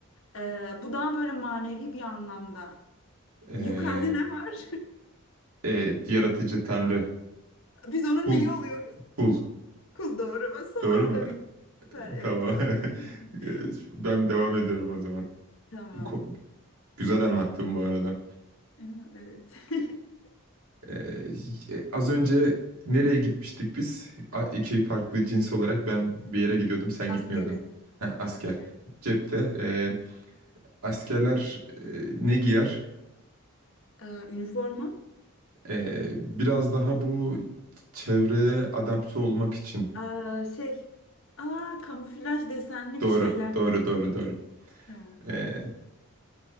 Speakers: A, on the left; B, on the right.
A: Ee, bu daha böyle manevi bir anlamda.
B: ee,
A: Yukarıda ne var?
B: e, yaratıcı tanrı,
A: <laughs> Biz onun
B: pul,
A: neyi oluyoruz?
B: pul.
A: Kul doğru. Ben son
B: Doğru
A: anda
B: mu?
A: bir.
B: <laughs>
A: Süper, evet.
B: Tamam.
A: <laughs>
B: <laughs> Ben devam ediyorum o zaman.
A: Tamam.
B: Ko- Güzel anlattım bu arada.
A: Ee, Evet. <laughs>
B: Ee, az önce nereye gitmiştik biz? A- İki farklı cins olarak ben bir yere gidiyordum, sen gitmiyordun.
A: Askere,
B: Ha, asker.
A: askere.
B: Cepte. ee, askerler ee, ne giyer?
A: Ee, üniforma.
B: Ee, biraz daha bu çevreye adapte olmak için.
A: Ee, şey. Aa, kamuflaj desenli
B: Doğru,
A: bir şeyler.
B: doğru, doğru, doğru.
A: Tamam.
B: Ee,